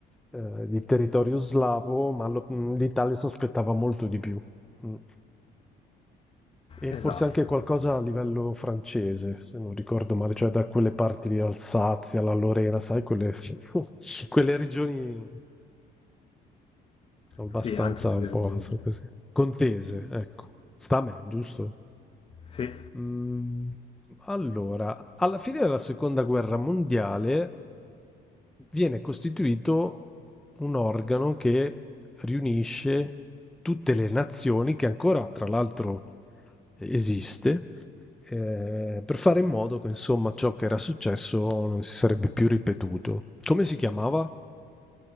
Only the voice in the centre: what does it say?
eh, di territorio slavo, ma lo- mh, l'Italia sospettava molto di più. Mm. E
forse anche
qualcosa a livello francese, se non ricordo male, cioè da quelle parti di Alsazia, la Lorena, sai, quelle, <laughs> quelle regioni abbastanza
un
po'
so
così, contese, ecco. Sta a me, giusto?
Mm, allora, alla fine della seconda guerra mondiale viene costituito un organo che riunisce tutte le nazioni che ancora, tra l'altro, esiste, eh, per fare in modo che, insomma, ciò che era successo non si sarebbe più ripetuto. Come si chiamava?